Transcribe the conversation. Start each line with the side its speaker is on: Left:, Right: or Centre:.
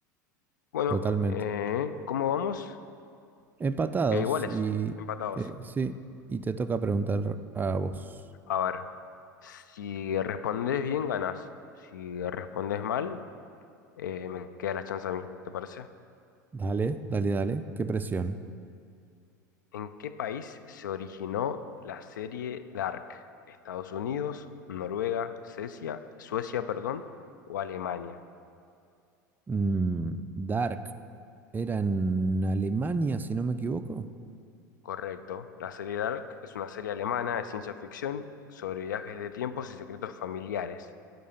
Left: bueno,
Right: Totalmente.
Left: eh, ¿cómo vamos?
Right: Empatados
Left: Eh, iguales,
Right: y
Left: empatados.
Right: eh, sí, y te toca preguntar a vos.
Left: A ver, si respondes bien, ganás. Si respondes mal, eh, me queda la chance a mí, ¿te parece?
Right: Dale, dale, dale. Qué presión.
Left: ¿En qué país se originó la serie Dark? ¿Estados Unidos, Noruega, Suecia, Suecia, perdón, o Alemania?
Right: Mm, Dark era en Alemania, si no me equivoco.
Left: Correcto. La serie Dark es una serie alemana de ciencia ficción sobre viajes de tiempos y secretos familiares.